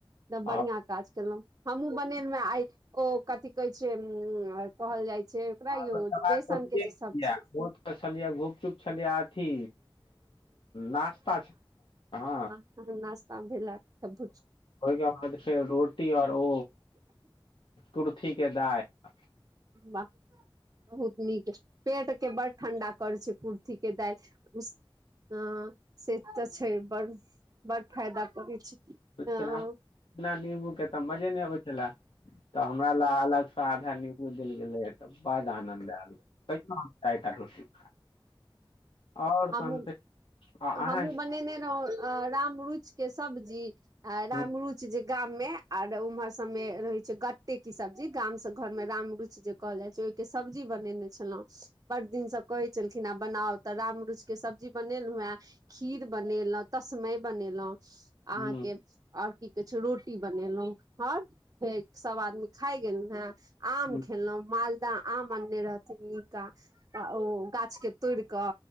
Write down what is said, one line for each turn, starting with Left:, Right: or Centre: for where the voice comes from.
Right: तब
Left: आ
Right: बढ़िया काज केलौ हमहुँ बनेेल में आय ओ कथि कहै छै उ कहल जाय छै ओकरा
Left: आ
Right: यौ
Left: ओहि समवाद
Right: बेसन
Left: ओतबे
Right: के जे
Left: छै
Right: सब्जी
Left: बहुत छलियै घुपचुप छलियै अथी नास्ता छलै हँ
Right: ह नास्तामे भेल सबकुछ
Left: ओहिके बाद फेर रोटी आओर ओ कुर्थी के दालि
Right: वाह बहुत नीक पेट के बड़ ठण्डा करै छै कुर्थीक के दालि ह से तऽ छै बड़ बड़ फायदा करै छै ह
Left: लेकिन हमरा बिना निम्बू के तऽ मजे नहि अबै छल तऽ हमरा ला अलग से आधा नीम्बू देल गेलै तब बड आनन्द आयल तहियो हम चारिटा रोटी आओर
Right: हमहुँ
Left: तहन फेर अहाँ
Right: हमूँ बनेने रहौ अ राम रुच के सब्जी आ रामरुच
Left: हुं
Right: जे गाम में आर उम्हर सब मे रहे छै गट्टे की सब्जी गाम से घर मे राम रुच जे कहल जाय छै ओहिके सब्जी बनेने छलौ बड़ दिनसँ कहै छलखिन आ बनाउ तऽ राम रूच के सब्जी बनेलौ हे खीर बनेलौ तस्मै बनेलौ अहाँके
Left: हुं
Right: आओर की कहै छै रोटी बनेलौ हँ फेर सब आदमी खाय गेलौ हें आम
Left: हुं
Right: खेलौ मालदह आम आनने रहथिन नीक आ ओ गाछ के तोड़िकऽ